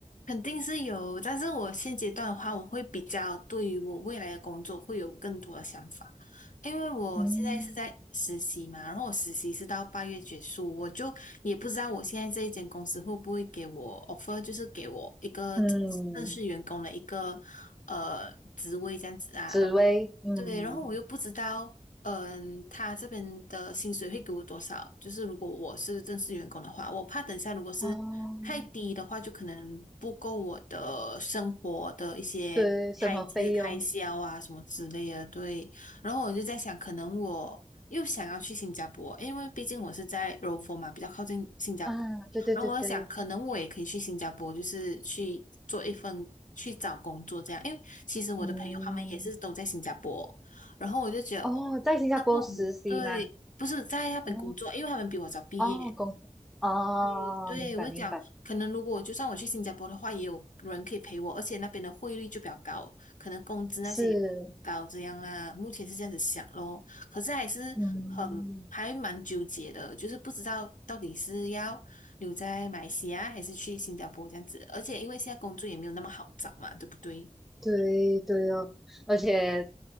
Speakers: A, on the left (about 80°); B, in the centre.
A: 肯定是有，但是我现阶段的话，我会比较对于我未来的工作会有更多的想法，因为我现在是在实习嘛，
B: 嗯
A: 然后我实习是到八月结束，我就也不知道我现在这一间公司会不会给我 offer，就是给我一个
B: 嗯，
A: 正式员工的一个呃职位这样子啊，
B: 紫薇，嗯，
A: 对，然后我又不知道，嗯，他这边的薪水会给我多少？就是如果我是正式员工的话，我怕等下如果是太低的话，
B: 哦，
A: 就可能不够我的生活的一些开支、
B: 对，生活费用，
A: 开销啊什么之类的。对，然后我就在想，可能我又想要去新加坡，因为毕竟我是在柔佛嘛，比较靠近新加坡。
B: 啊？对对对对，
A: 然后我在想，可能我也可以去新加坡，就是去做一份去找工作这样，因为。其实我的朋友他们也是都在新加坡，
B: 嗯，
A: 然后我就觉得，
B: 哦，在新加坡实习吗？
A: 然后我们对，不是在那边工作，
B: 哦
A: 因为他们比我早毕业。
B: 哦，工作，哦，
A: 对，对，
B: 明白明白，
A: 我就讲，可能如果就算我去新加坡的话，也有人可以陪我，而且那边的汇率就比较高，可能工资那些也高这样啦。
B: 是，
A: 目前是这样子想咯，可是还是很还蛮纠结的，
B: 嗯。
A: 就是不知道到底是要留在马来西亚还是去新加坡这样子，而且因为现在工作也没有那么好找嘛，对不对？
B: 对对哦，而且